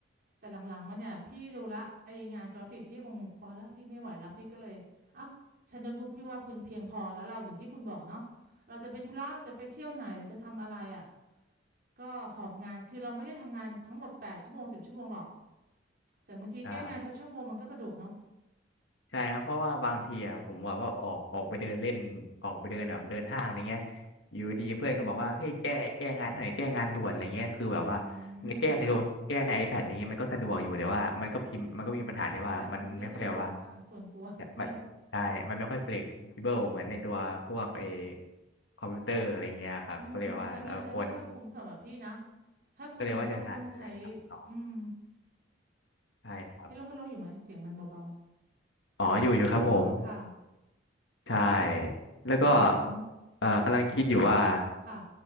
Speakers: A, on the right (about 55°); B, on the left (about 70°).
A: แต่หลังๆมันเนี่ยพี่ดูละไองานกราฟิกพี่คงพอแล้วพี่ไม่ไหวแล้วพี่ก็เลยเอ้าใช้โน้ตบุ๊กพี่ว่าเพียงเพียงพอแล้วเราอย่างที่คุณบอกเนาะเราจะไปธุระจะไปเที่ยวไหนหรือจะทำอะไรอะก็หอบงานคือเราไม่ได้ทำงานทั้งหมดแปดชั่วโมงสิบชั่วโมงหรอก แต่บางทีแก้งานสักชั่วโมงมันก็สะดวกเนาะ
B: ใช่ ใช่ครับเพราะว่าบางทีอะผมแบบว่าออกออกไปเดินเล่นออกไปเดินแบบเดินห้างอะไรเงี้ยอยู่ดีเพื่อนก็บอกว่าเฮ้ยแก้แก้งานหน่อยแก้งานด่วนอะไรเงี้ยคือแบบว่า
A: อืมอื
B: ในแก้ในโทรแก้ใน
A: ม
B: iPad อะไรเงี้ยมันก็สะดวกอยู่แต่ว่ามันก็พิมพ์มันก็มีปัญหาที่ว่ามันไม่ค่อยแบบว่า
A: ไอแพดไม่สะดวกนะส่วนตัว <laughs>
B: เน่ยมันใช่มันไม่ค่อย
A: พี่
B: flexible เหมือนในตัวพวกเอคอมพิวเตอร์อะไรเงี้ยครับก็เลยว่าเราควร
A: อืมใช้งานแล้วไม่ค่อยคุ้มสำหรับพี่นะ ถ้าคุณยังต้องต้องใช้
B: ก็เลยว่าจะหัดเลยครับต่อ
A: อืม
B: ใช่ครับ
A: ฮัลโหลฮัลโหลอยู่ไหมเสียงมันเบา
B: อ๋ออยู่อยู่ครับผม
A: ๆอ๋อค่ะ
B: ใช่แล้วก็
A: อืมฮึ
B: เอ่อกำลังคิดอยู่ว่า
A: ค่ะ